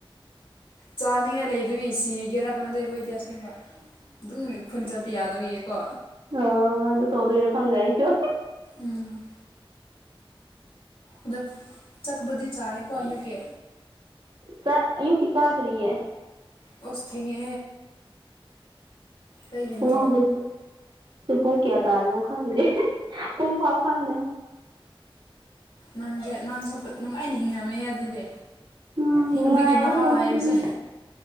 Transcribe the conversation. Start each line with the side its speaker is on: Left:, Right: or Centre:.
Left: ꯆꯥꯅꯤꯡꯉꯥꯏ ꯂꯩꯗꯏ ꯁꯤꯒꯦꯔꯥ ꯈꯪꯗꯦ ꯑꯩꯈꯣꯏꯗꯤ ꯑꯁ ꯑꯁꯦꯡꯕ ꯑꯗꯨꯝ ꯈꯨꯟ ꯆꯠꯄ ꯌꯥꯗꯧꯌꯦꯀꯣ
Right: ꯑ ꯑꯗꯨ ꯇꯧꯗ ꯏꯔ ꯈꯪꯒꯥꯏꯁꯨ
Left: ꯎꯝ ꯑꯗ ꯆꯠꯄꯗꯤ ꯆꯥꯔꯦꯀꯣ ꯑꯌꯨꯛꯀꯤ
Right: ꯁꯥ ꯑꯨꯀꯤ ꯀꯥꯗꯔꯤꯌꯦ
Left: ꯑꯣꯇꯍ ꯂꯩꯅꯣ
Right: ꯄꯨꯡ ꯍꯧꯖꯤꯛ ꯄꯨꯡ ꯀꯌꯥ ꯇꯥꯔꯕꯨ ꯈꯪꯒꯦ ꯄꯨꯡ ꯐꯥꯎꯥꯎ ꯈꯪꯗ
Left: ꯅꯪꯁꯦ ꯅꯪꯁꯨ ꯅꯨꯡꯉꯥꯏꯅ ꯍꯤꯡꯅꯕꯅꯦ ꯑꯗꯨꯗꯤ
Right: ꯎꯝ
Left: ꯍꯤꯡꯕꯒꯤ
Right: ꯅꯨꯡꯉꯥꯏꯕ
Left: ꯃꯍꯥꯎ
Right: ꯄꯨꯟꯁꯤꯅꯤ
Left: ꯍꯥꯏꯕꯁꯦ